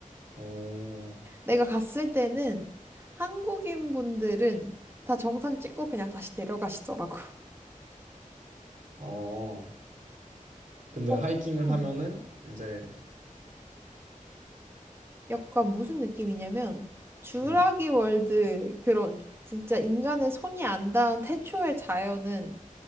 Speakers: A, on the right (about 65°); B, on the right (about 15°).
A: 어,
B: 내가 갔을 때는 한국인 분들은 다 정상 찍고 그냥 다시 내려가시더라고.
A: 어. 근데
B: 어,
A: 하이킹을
B: 응.
A: 하면은 이제
B: 약간 무슨 느낌이냐면 주라기
A: 음,
B: 월드 그런 진짜 인간의 손이 안 닿은 태초의 자연은